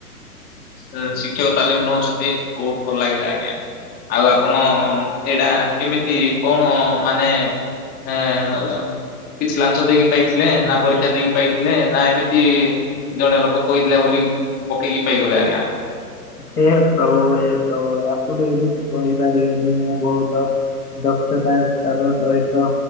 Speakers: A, on the left (about 20°); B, on the left (about 75°).
A: ଅ ଶିକ୍ଷକ ତାଲିମ ନଉଛନ୍ତି, ବହୁତ ଭଲ ଲାଗିଲା ଆଜ୍ଞା। ଆଉ ଆପଣ ଏଇଟା କେମିତି କଣ ମାନେ? ଏଁ ଆର୍ ଆର୍। କିଛି ଲାଞ୍ଚ ଦେଇକି ପାଇଥିଲେ ନା ପରୀକ୍ଷା ଦେଇକି ପାଇଥିଲେ ନା ଏମିତି ଜଣେ ଲୋକ କହିଥିଲା ବୋଲି ପକେଇକି ପାଇଗଲେ ଆଜ୍ଞା।
B: ହେ ପ୍ରଭୁ ହେ ପ୍ରଭୁ ଆପଣ ଏମିତି କହିପାରିବେନି ମୁଁ ବହୁତ ଦକ୍ଷ୍ ସେ ତାର କାର୍ ର ସହିତ